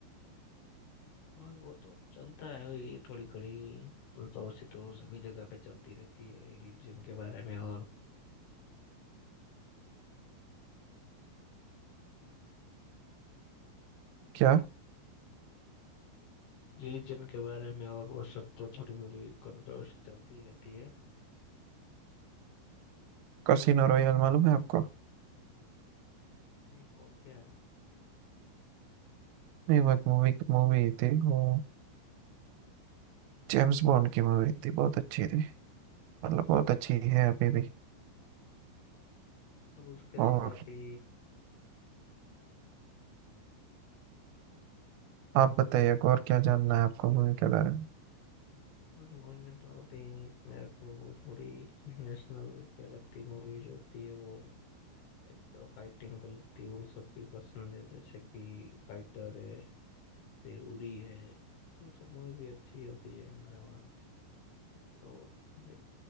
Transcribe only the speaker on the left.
और वो तो चलता है वही थोड़ी खड़ी उल्टा और सिद्धों सभी जगह पे चलती रहती है रिलीजन के बारे में और
रिलीजन के बारे में और वो सब तो थोड़ी बड़ी कंट्रोवर्सी चलती ही रहती है
नहीं वो क्या
मतलब
उसके
सिवा भी
उस मूवी में तो अभी मेरे को वो पूरी नेशनल के लगती मूवी जो होती है वो एक फाइटिंग का लगती है वो सब भी पसंद है जैसे कि फाइटर है फिर उरी है वो सब मूवी भी अच्छी होती है हमारे वहाँ तो एक